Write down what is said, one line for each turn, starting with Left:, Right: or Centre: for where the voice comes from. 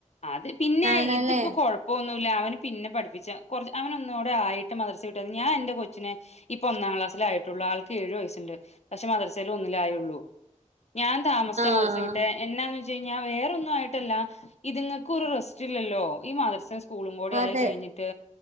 Left: അത് പിന്നെ
Right: ആണല്ലേ
Left: ഇതിപ്പോ കൊഴപ്പൊന്നുമില്ല അവ പിന്നെ പഠിപ്പിച്ച കുറച്ച് അവന ഒന്നൂടെ ആയിട്ട് മദർസ കട്ട ഞാ എന്റെ കൊച്ചിനെ ഇപ്പൊ ഒന്നാം ക്ലാസ്സിലായിട്ടുള്ള രാൾക്ക് ഏഴു വയസ്സുണ്ട് പക്ഷേ മദർസയിലൽ ഒന്നിലായുള്ളൂ
Right: <inaudible>
Left: ഞാൻ താമസിച്ച
Right: ആഹ്
Left: മദ്രസയിൽ വിട്ടേ എന്നാന്ന് ഞാ വേറൊന്നും ആയിട്ടല്ല ഇത്ങ്ങക്ക് ഒരു റെസ്റ്റ് ഇല്ലല്ലോ ഈ മദർസ സ്കൂളും കൂടെ
Right: അതെ
Left: ആയി കഴിഞ്ഞിട്ട്